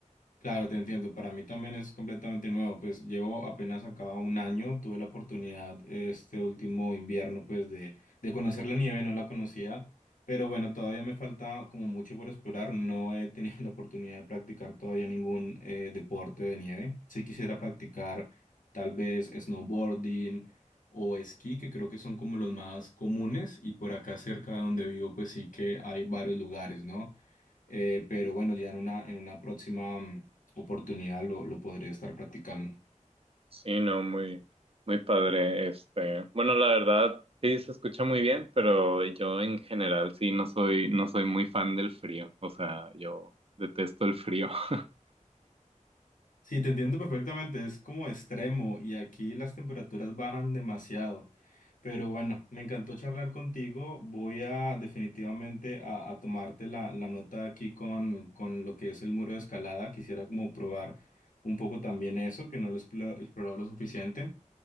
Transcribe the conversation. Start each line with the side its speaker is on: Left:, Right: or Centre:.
Left: Claro, te entiendo. Para mí también es completamente nuevo. Pues llevo apenas acá un año. Tuve la oportunidad este último invierno, pues de, de conocer la nieve. No la conocía, pero bueno, todavía me falta como mucho por explorar. No he tenido <laughs> la oportunidad de practicar todavía ningún eh, deporte de nieve. Si quisiera practicar tal vez snowboarding o esquí, que creo que son como los más comunes. Y por acá cerca de donde vivo, pues sí que hay varios lugares, ¿no? Eh, pero bueno, ya en una, en una próxima mm, oportunidad lo, lo podría estar practicando.
Right: Sí, no, muy, muy padre. Este, bueno, la verdad, sí, se escucha muy bien, pero yo en general sí no soy, no soy muy fan del frío. O sea, yo detesto el frío. <laughs>
Left: Sí, te entiendo perfectamente, es como extremo y aquí las temperaturas bajan demasiado. Pero bueno, me encantó charlar contigo. Voy a definitivamente a, a tomarte la, la nota aquí con, con lo que es el muro de escalada. Quisiera como probar un poco también eso, que no lo he explo- explorado lo suficiente.